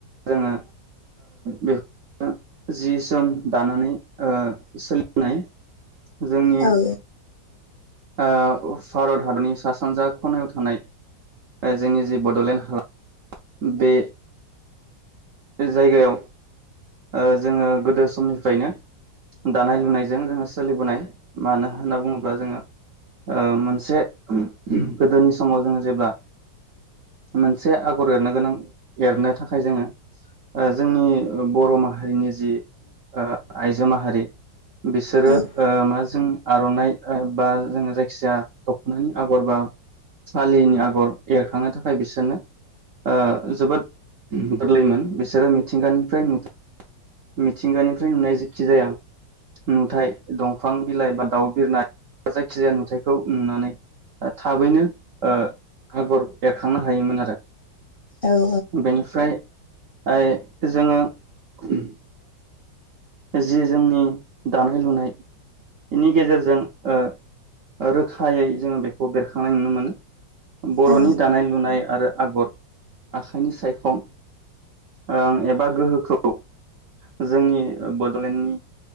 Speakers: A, on the right (about 60°); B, on the left (about 40°).
A: जोंङो बेखौ जि जोम दानानै ओ सोलिनाय जोंनि
B: औ
A: ओ भारत हादरनि सा सानजा खनायाव थानाय जोंनि जि बडलेण्ड हालाम बे जायगायाव ओ जोंङो गोदो समनिफ्रायनो दानाय लुनायजों जोंङो सोलिबोनाय मानो होनना बुङोब्ला जोंङो मोनसे गोदोनि समाव जोंङो जेब्ला मोनसे आगर एरनो गोनां एरनो थाखाय जोंङो ओ जोंनि बर माहारिनि जि ओ आइजो माहारि बिसोरो
B: औ
A: ओ माजों आरनाइ बा जोंङो जायखिजाया दखनानि आगर बा फालिनि आगर एरखांनो थाखाय बिसोरनो ओ जोबोद गोरलैमोन बिसोरो मिथिंगानिफ्राय नु मिथिंगानिफ्राय नुनाय जायखिजाया नुथाय दंफां बिलाइ बा दाउ बिरना जायखिजाया नुथायाइखौ नुनानै थाबैनो ओ आगर एरखांनो हायोमोन आरो
B: औ
A: बेनिफ्राय ओ जोंङो उम जि जोंनि दानाय लुनाय बेनि गेजेरजों ओ रोखायै जोंङो बेखौ बेरखांनाय नुनो मोनो। बरनि
B: औ
A: दानाय लुनाय आरो आगर आखाइनि सायखं ओ एबा गोहोखौ जोंनि बडलेण्डनि